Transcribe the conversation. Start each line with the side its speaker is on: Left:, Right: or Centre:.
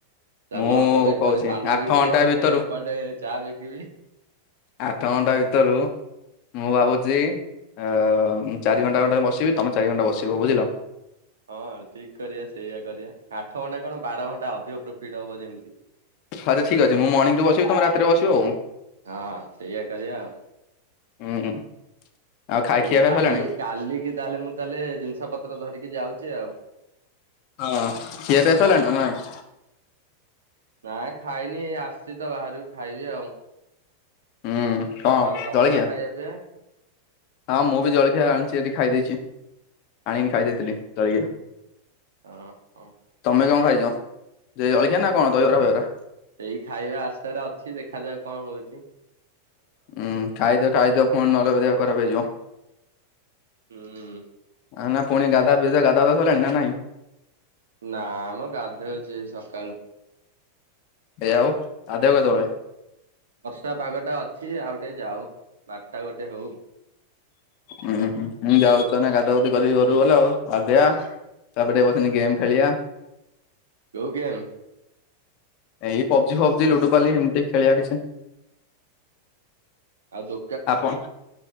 Right: ଚାଲ
Left: ମୁଁ
Right: ତମେ ଏପଟେ
Left: କହୁଛି
Right: ପାନ
Left: ଆଠ
Right: ବିକିବ
Left: ଘଣ୍ଟା ଭିତରୁ
Right: ମୁଁ ଏପଟେ ଚା ବିକିବି।
Left: ଆଠ ଘଣ୍ଟା ଭିତରୁ ମୁଁ
Right: ହୁଁ।
Left: ଭାବୁଛି ଅ ମୁଁ ଚାରି ଘଣ୍ଟା ଖ ବସିବି ତମେ ଚାରି ଘଣ୍ଟା ବସିବ ବୁଝିଲ?
Right: ହଁ ଠିକ କରିବା ସେଇଆ କରିବା ଆଠ ଘଣ୍ଟା କଣ ବାର ଘଣ୍ଟା ଅଧିକ ପ୍ରଫିଟ ହବ ଯେମିତି
Left: ଆଛା ଠିକ ଅଛି ମୁଁ ମର୍ଣିଂରୁ ବସିବି ତମେ ରାତିରେ ବସିବ ଆଉ
Right: ହଁ ହଁ ସେଇଆ କରିଆ ଆଉ।
Left: ହୁଁ ଆଉ ଖାଇ
Right: ତାହେଲେ
Left: ଖିଆ
Right: ମୁଁ
Left: ପିଆ
Right: କାଲି
Left: ସଇଲାଣି?
Right: କାଲି କି ତାହେଲେ ମୁଁ ତାହେଲେ ଜିନିଷ ପତ୍ର ଧରିକି ଯାଉଚି ଆଉ।
Left: ହଁ ଖିଆ ପିଆ ସଇଲାଇଁ ନା ନାଇଁ?
Right: ନାଇଁ ଖାଇନି ଏଇ ଆସଚି ତ ବାହାରୁକୁ ଖାଇବି ଆଉ।
Left: ହୁଁ କଣ
Right: ଆଉ ତମର
Left: ଜଳଖିଆ?
Right: ଖାଇଆ ପିଇଆ।
Left: ହଁ ମୁଁ ବି ଜଳଖିଆ ଆଣିଚି ଏଇଠି ଖାଇ ଦେଇଚି ଆଣିକିନି ଖାଇ ଦେଇଥିଲି ଜଳିଖିଆ।
Right: ହଁ। ହଁ
Left: ତମେ କଣ ଖାଇଚ ସେ ଜଳିଖିଆ ନା କଣ ଦହିବରା ଫହିବରା?
Right: ଏଇ ଖାଇବା ଆଶାରେ ଅଛି ଦେଖାଯାଉ କଣ ହଉଚି।
Left: ହୁଁ ଖାଇଦିଅ ଖାଇଦିଅ ପୁଣି ନହେଲେ ଦେହ ଖରାପ ହେଇଯିବ।
Right: ହୁଁ।
Left: ଆଉ ନା ପୁଣି ଗାଧା ପିଧା ଗାଧା ତ ସଇଲାଣି ନା ନାଇଁ?
Right: ନା ମ ଗାଧଉଚି ଏ ସକାଳୁ।
Left: ଏ ଆଉ ଗାଧେଇବ କେତବେଳେ?
Right: ବର୍ଷା ପାଗ ଟା ଅଛି ଯେ ଆଉ ଟିକେ ଯାଉ ବାରଟା ଗୋଟେ ହଉ।
Left: ହୁଁ ହୁଁ ମୁଁ ଯାଉଚି ତାହେଲେ ଗାଧା ଗୁଧି କରିକି ଘରୁକୁ ଗଲେ ଆଉ ଗାଧେଇଆ। ତାପରେ ଟିକେ ବସିନି ଗେମ୍ ଖେଳିଆ।
Right: କୋଉ ଗେମ୍?
Left: ଏଇ ପବଜି ଫବଜି ଲୁଡୁପାଲି ଏମତି ଖେଳିଆ କିଛି।
Right: ଆଉ ଦୋ
Left: ଆପଣ